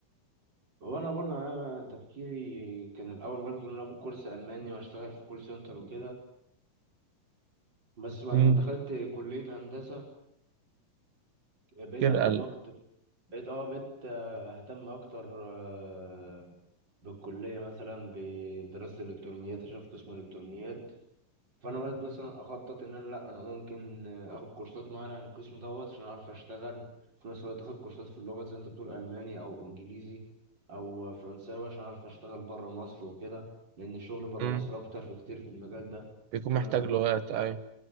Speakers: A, on the right; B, on the right.
A: هو انا برضه يعني انا تفكيري كان الاول برضه ان انا اخد كورس الماني واشتغل في كول سنتر وكده بس بعد
B: مم.
A: ما دخلت كليه هندسه بقيت
B: كده
A: اهتم اكتر بقيت اه بقيت آه، اهتم اكتر آه، بالكليه مثلا بدراسه الالكترونيات عشان في قسم الالكترونيات فانا بس مثلا اخطط ان انا لا انا ممكن آه، اخد كورسات معينه عن القسم دوت عشان اعرف اشتغل في نفس الوقت اخد كورسات في اللغات زي انت بتقول الماني او انجليزي او فرنساوي عشان اعرف اشتغل بره مصر وكده لان الشغل بره
B: مم.
A: مصر اكتر في كتير في المجال ده
B: بيكون
A: فانا
B: محتاج لغات أيوة